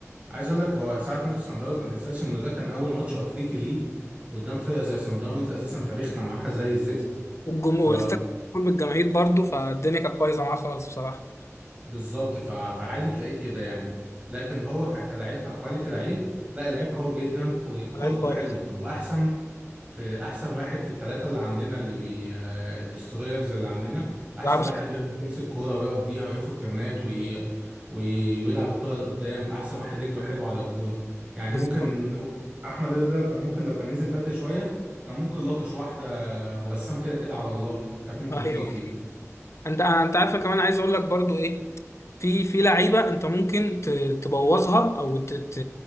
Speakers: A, on the right (about 25°); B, on the left (about 60°).
A: عايز اقول لك هو ساعه ماتش سان داونز ما تنساش انه ده كان اول ماتش افريقي ليه قدام فرقه زي سان داونز اساسا تاريخنا معاها زي الزفت
B: والجم...
A: ف
B: والاستاد مليان بالجماهير برضه فالدنيا كانت بايظة معاه خالص بصراحة
A: بالظبط ف... فعادي تلاقيه كده يعني لكن هو ك... كلاعب ككواليتي لعيب لا اللعيب قوي جدا وكورته
B: لعيب كويس
A: حلوه يعني هو احسن في احسن واحد في الثلاثه اللي عندنا اللي بي آه، الدسترويرز اللي عندنا احسن
B: لعب
A: واحد بيعرف يمسك كوره ويقف فيها وياخد ترنات وي... وي... ويلعب الكوره لقدام احسن واحد رجله حلوه على الجون يعني
B: بالظبط
A: ممكن احمد رضا ده لو كان ممكن لو كان نزل بدري شويه كان ممكن لطش واحده وبسام كده كده على الله كانت ممكن
B: أيوه
A: تيجي فيه
B: انت انت عارفه كمان عايز اقول لك برضو ايه في في لعيبه انت ممكن ت- تبوظها او ت... ت...